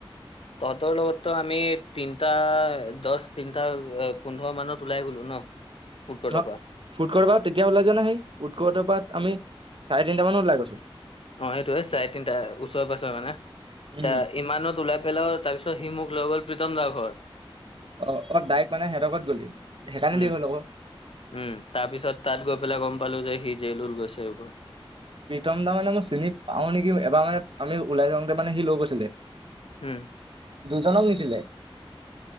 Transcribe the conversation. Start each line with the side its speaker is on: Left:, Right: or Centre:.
Left: তহঁতৰ লগতো আমি তিনটা দহ তিনটা পোন্ধৰ মানত ওলাই গ'লো ন। ফুড কৰ্টৰ
Right: ন
Left: পৰা
Right: ফুড কৰ্টৰ পৰা তেতিয়া ওলাই যা না সি। ফুড কৰ্টৰ পৰা আমি চাৰে তিনিটা মানত ওলাই গৈছে
Left: অ সেইটোয়ে চাৰে তিনটা ওচৰে পাজৰে মানে এ
Right: উম
Left: ইমানত ওলাই পেলাইও তাৰ পিছত সি মোক লৈ গ'ল প্ৰীতম দা ঘৰত
Right: অ অপ ডাইেক্ট মানে সেঁই দকত গলি সেইকাৰণে
Left: উম
Right: দেৰি হ'ল আকৌ
Left: উম তাৰ পিছত তাত গৈ পেলাই গম পালো যে সি জেল উল গৈছে
Right: প্ৰীতম দা মানে মই চিনি পাওঁ নেকি এবাৰ মানে আমি ওলাই যাওঁতে মানে সি লৈ গৈছিলে।
Left: উম
Right: দুজনক নিছিলে,